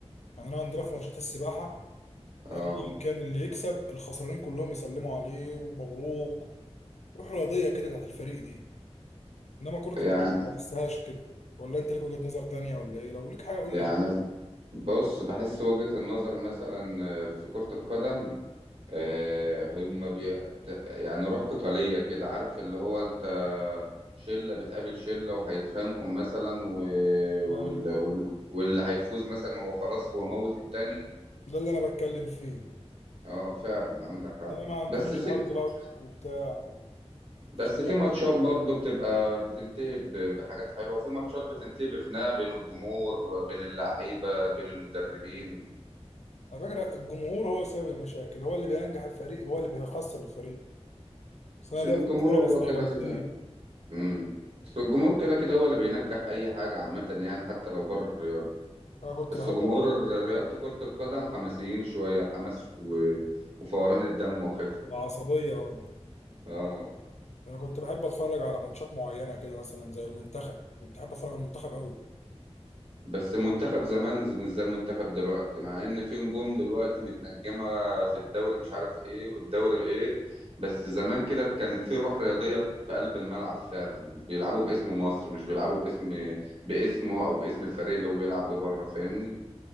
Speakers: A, on the left (about 85°); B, on the right (about 60°).
A: يعني انا عندنا في ماتشات السباحه
B: اه
A: ايا كان اللي يكسب الخسرانين كلهم يسلموا عليه ومبروك روح رياضيه كده بتاعت الفريق دي انما كره
B: يعني
A: القدم ما بحسهاش كده ولا انت ليك وجهه نظر تانية ولا ايه لو ليك حاجه قول
B: يعني
A: لي كده.
B: بص بحس وجهة النظر مثلا آه، في كرة القدم آه، هم بي... ت- يعني روح قتالية كده عارف اللي هو انت شلة بتقابل شلة وهيتخانقوا مثلا و... وال...
A: ايوه
B: وال... واللي هيفوز مثلا هو خلاص هو موت التاني
A: ده اللي انا بتكلم فيه
B: اه فعلا عندك حق
A: انما ما عندهمش
B: بس في
A: هارد
B: <laughs>
A: لك وبتاع مفيش
B: بس
A: الكلام
B: في ماتشات
A: ده.
B: برضه بتبقى بتنتهي ب... بحاجات حلوة وفي ماتشات بتنتهي بخناقة بين الجمهور بين اللعيبة بين المدربين
A: على فكره الجمهور هو سبب المشاكل هو اللي بينجح الفريق هو اللي بيخسر الفريق بس
B: عشان
A: انا ليا
B: الجمهور
A: في الكوره
B: هو
A: بس
B: كده
A: على بسيط
B: كده امم بس الجمهور كده كده هو اللي بينجح اي حاجه عامه يعني حتى لو بره الرياضه
A: انا كنت
B: بس
A: بحب
B: جمهور ر- رياضه كره القدم حماسيين شويه الحماس و... وفوران الدم واخدها
A: بعصبيه اه
B: اه
A: انا كنت بحب اتفرج على ماتشات معينه كده مثلا زي المنتخب كنت بحب اتفرج على المنتخب قوي
B: بس منتخب زمان ز- مش زي منتخب دلوقتي مع ان في نجوم دلوقتي متنجمه في الدوري مش عارف ايه والدوري ايه بس زمان كده كان في روح رياضيه في قلب الملعب فعلا بيلعبوا باسم مصر مش بيلعبوا باسم باسمه او باسم الفريق اللي هو بيلعب بره فاهمني